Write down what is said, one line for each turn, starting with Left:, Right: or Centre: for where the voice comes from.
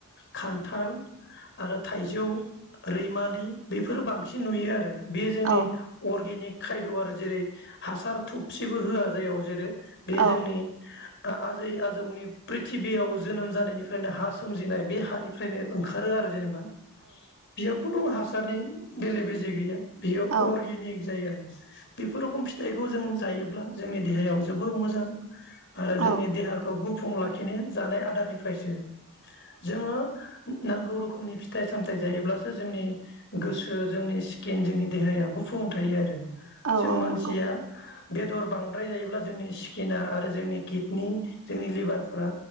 Left: खान्थाल आरो थाइजौ रैमालि बेफोरो बांसिन नुयो आरो बेयो जोंनि
Right: औ
Left: अर्गेनिक खायद' आरो जेरै हासार थुबसिबो होआ जेयाव जेरै बे
Right: औ
Left: जोंनि ओ आजै -आजौनि प्रिथिबियाव जोनोम जानायनिफ्रायनो हा सोमजिनाय बे हानिफ्रायनो ओंखारो आरो जेनेबा बियो खुनु हास सारनि बेले बेजे गैया। अर्गेनिक
Right: औ
Left: जायो आरो बेफोरखम फिथाइखौ जों जायोब्ला जोंनि देहायाव जोबोर मोजां आरो जोंनि
Right: औ
Left: देहाखौ गु फुं लाखिनो जानाय आदारनिफ्रायसो जोंङो <unintelligible> नांगौ रोखोमनि फिथाइ- सामथाइ जायोब्लासो जोंनि गोसो जोंनि स्किन जोंनि देहाया गुफुं थायो आरो
Right: औ
Left: जों
Right: औ
Left: मानसिया
Right: नंगौ
Left: बेदर बांद्राय जायोब्ला जोंनि स्किना आरो जोंनि किडनि जोंनि लिबारफ्रा